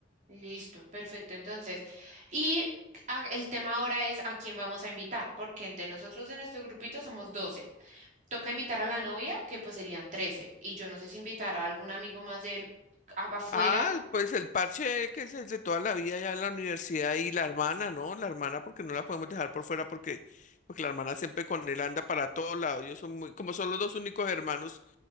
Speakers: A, on the right; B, on the left.
A: listo, perfecto. Entonces, y a- el tema ahora es a quién vamos a invitar, porque entre nosotros de nuestro grupito somos doce Toca invitar a la novia, que pues serían 13, Y yo no sé si invitar a algún amigo más de él a- afuera.
B: Ah, pues el parche que es el de toda la vida ya en la universidad y la hermana, ¿no? La hermana, porque no la podemos dejar por fuera, porque, porque la hermana siempre con él anda para todos lados. Yo son muy, como son los dos únicos hermanos.